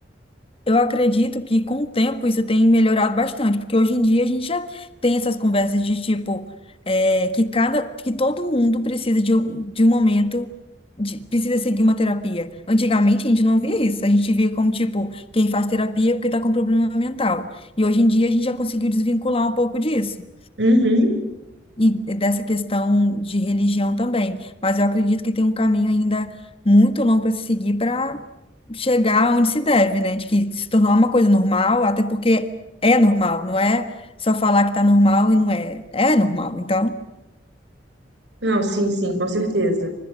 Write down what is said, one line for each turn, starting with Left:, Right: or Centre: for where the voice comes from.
Left: Eu acredito que com o tempo isso tem melhorado bastante, porque hoje em dia a gente já tem essas conversas de tipo, é, que cada, que todo mundo precisa de um, de um momento, de- precisa seguir uma terapia. Antigamente a gente não via isso, a gente via como tipo, quem faz terapia é porque está com problema mental. E hoje em dia a gente já conseguiu desvincular um pouco disso
Right: Uhum.
Left: e dessa questão de religião também. Mas eu acredito que tem um caminho ainda muito longo para se seguir para chegar onde se deve, né? De que se tornar uma coisa normal, até porque é normal, não é só falar que tá normal e não é. É normal, então.
Right: Não, sim, sim, com certeza.